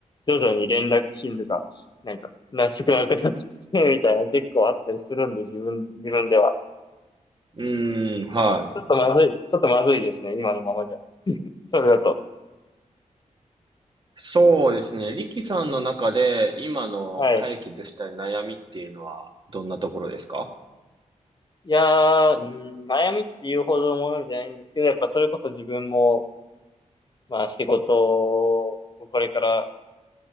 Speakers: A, on the left; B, on the right.
A: 徐々に連絡頻度が、なんか、なしくなくなっちゃうみたいな結構あったりするんで、自分、自分では。
B: うーん、はい。
A: ちょっとまずい、ちょっとまずいですね、今のままじゃ。それだと。
B: そうですね。リキさんの中で今の解決したい悩みっていうのはどんなところですか
A: はい。いやー、うーん、悩みっていうほどのものじゃないんですけど、やっぱそれこそ自分も、まあ仕事をこれから、